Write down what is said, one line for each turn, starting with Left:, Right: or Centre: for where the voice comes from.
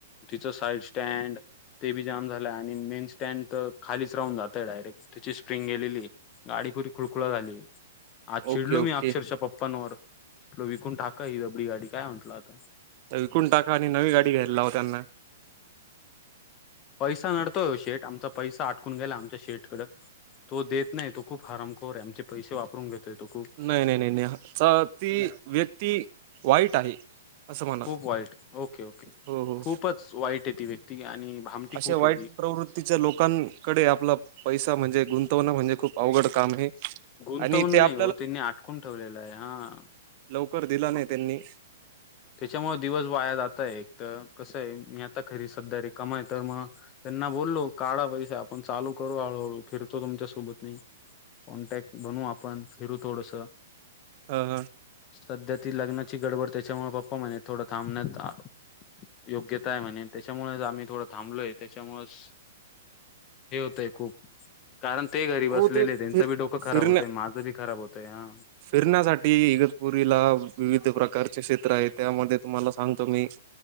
Left: तिचं साईड स्टँड ते बी जाम झालं आहे. आणि मेन स्टँड तर खालीच राहून जातय डायरेक्ट तिची स्प्रिंग गेलेली. गाडी पुरी खुळखुळा झाली आज
Right: ओके
Left: चिडलो
Right: ओके
Left: मी अक्षरक्षा पप्पांवर. विकून टाका ही दबडी गाडी काय म्हटलं आता.
Right: विकून टाका आणि नवी गाडी घ्यायला लाव त्यांना.
Left: पैसा नडतोय शेठ आमचा पैसा आटकून गेला आमच्या शेटकडं. तो देत नाही तो खूप हरामखोर आहे आमचे पैसे वापरून घेतोय तो खूप
Right: नाही नाही नाही नाही ती व्यक्ती वाईट आहे. असं म्हणा
Left: खूप वाईट ओके ओके
Right: हो हो
Left: खूपच वाईट आहे ती व्यक्ती आणि भामटी
Right: अशा
Left: खूप
Right: वाईट
Left: आहे ती
Right: प्रवृती च्या लोकांकडे आपला पैसा म्हणजे गुंत तो म्हणजे खूप अवघड काम आहे
Left: गुंतवणूक
Right: आणि ते आप
Left: नाही हो त्यांनी आटकून ठेवलेलं आहे हा.
Right: लवकर दिला नाही त्यांनी.
Left: त्याच्यामुळे दिवस वाया जातय एक तर कसं आहे मी आता खरी सध्या रिकामा आहे तर मग त्यांना बोललो काढा पैसे आपण चालू करू हळूहळू फिरतो तुमच्या सोबत मी. कॉन्टॅक्ट बनू आपण फिरू थोडसं.
Right: हम्म हम्म.
Left: सध्या ती लग्नाची गडबड त्याच्यामुळे पप्पा म्हणे थोडा थांबण्यात आ योग्यता आहे म्हणे त्याच्यामुळे आम्ही थोडं थांबलोय त्याच्यामुळेच. हे होतंय खूप. कारण ते घरी बसलेले
Right: हो ते
Left: आहे त्यांचं
Right: फिर
Left: बी डोकं खराब
Right: फिरण्या
Left: होतय माझं बी खराब होतंय हा
Right: फिरण्यासाठी इगतपुरीला विविध प्रकारचे क्षेत्र आहे त्यामध्ये तुम्हाला सांगतो मी.